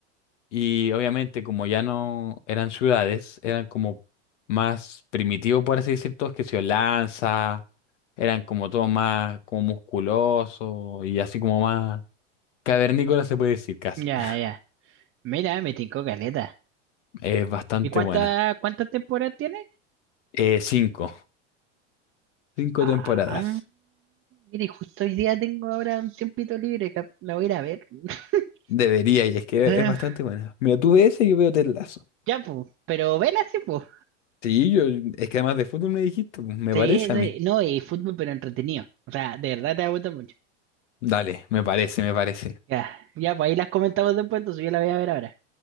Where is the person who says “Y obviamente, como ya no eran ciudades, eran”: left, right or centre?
Left